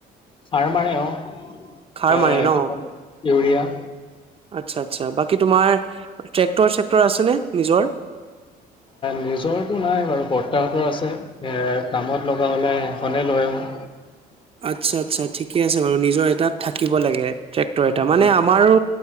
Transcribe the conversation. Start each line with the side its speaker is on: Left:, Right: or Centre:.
Left: চাৰ মাৰে অ
Right: খাৰ
Left: এটো
Right: মাৰে ন
Left: ইউৰিয়া
Right: আচ্ছা আচ্ছা বাকী তোমাৰ ট্ৰেক্টৰ চেক্টৰ আছে নে নিজৰ
Left: নিজৰটো নাই বাৰু বৰ্তাহতৰ আছে কামত লগা হ'লে এইখনেই লৈ আহোঁ
Right: আতচা আতচা থে আছে বাৰু নিজৰ এটাত থাকিব লাগে ট্ৰেক্টৰ এটা
Left: উম
Right: মানে আমাৰো